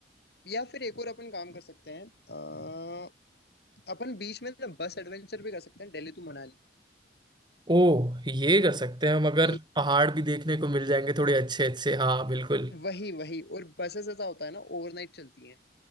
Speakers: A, on the left; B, on the right.
A: या फिर एक और अपन काम कर सकते हैं अ, अपन बीच में ना बस एडवेंचर भी कर सकते हैं दिल्ली टू मनाली
B: ओ ये कर सकते हैं हम अगर
A: ये
B: पहाड़ भी देखने को मिल जाएंगे थोड़े अच्छे अच्छे हाँ बिल्कुल
A: वही वही और बसेस ऐसा होता है ना ओवरनाइट चलती हैं